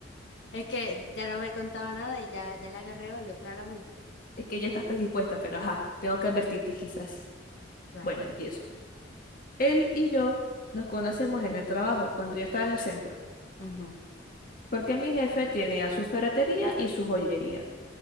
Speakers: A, on the left; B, on the left.
A: Es que ya no me he contado nada y ya, ya le agarré odio, claramente.
B: Es que ya estás predispuesta, pero ajá, tengo que advertirte quizás.
A: Claro.
B: Bueno, empiezo. Él y yo nos conocemos en el trabajo, cuando yo estaba en el centro.
A: Ujú,
B: Porque mi jefe tiene a su ferretería y su joyería.